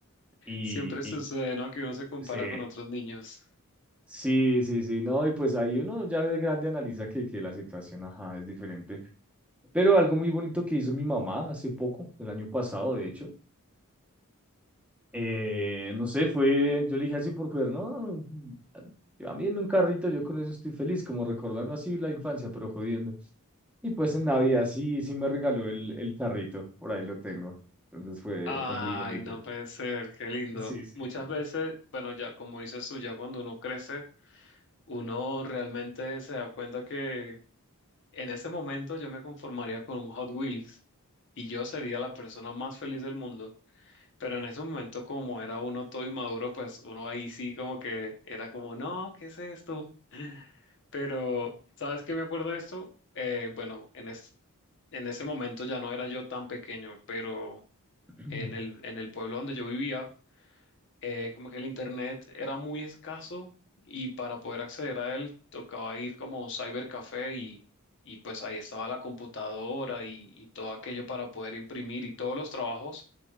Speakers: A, in the centre; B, on the left (about 55°).
A: Y,
B: Siempre
A: y
B: sucede, ¿no? Que uno se compara
A: sí.
B: con otros niños.
A: Sí, sí, sí, no, y pues ahí uno ya de grande analiza que, que la situación, ajá, es diferente. Pero algo muy bonito que hizo mi mamá hace poco, el año pasado, de hecho, eh, no sé, fue, yo le dije así por joder, no, a mí en un carrito, yo con eso estoy feliz, como recordando así la infancia, pero jodiendo. Y pues en Navidad sí, sí me regaló el, el carrito, por ahí lo tengo. Entonces fue,
B: Ay,
A: fue muy bonito.
B: no puede ser, qué lindo.
A: Sí, sí,
B: Muchas
A: sí.
B: veces, bueno, ya como dices tú, ya cuando uno crece, uno realmente se da cuenta que en ese momento yo me conformaría con un Hot Wheels y yo sería la persona más feliz del mundo. Pero en ese momento, como era uno todo inmaduro, pues uno ahí sí como que era como, no, ¿qué es esto? Pero, ¿sabes qué me acuerdo de esto? Eh, bueno, en, es- en ese momento ya no era yo tan pequeño, pero
A: <clears throat>
B: en el, en el pueblo donde yo vivía, eh, como que el internet era muy escaso y para poder acceder a él tocaba ir como a un cybercafé y, y pues ahí estaba la computadora y, y todo aquello para poder imprimir y todos los trabajos